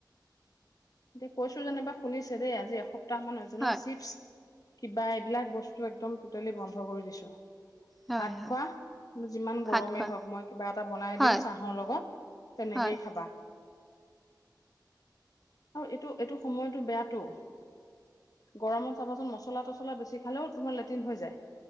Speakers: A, on the left; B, in the centre.
A: এতিয়া কৈছো যেনিবা শুনিছে দেই আজি এস দুটা মান আছে
B: হয়
A: নহয় চিপছ কিবা এইবিলাক বস্তু একদম টুটেলি বন্ধ কৰি দিছোঁ।
B: হয়
A: ভাত
B: হয়
A: খোৱা যিমান
B: ভাত
A: গৰমেই
B: খোৱা
A: হওঁক মই কিবা এটা বনাই
B: হয়
A: দিম চাহৰ লগত। তেনেকেই
B: হয়
A: খাবা আৰু এইটো এইটো সময়টো বেয়া টো গৰমত চাবাচোন মছলা তচলা বেছি খালেও তোমাৰ লেট্ৰিন হৈ যায়।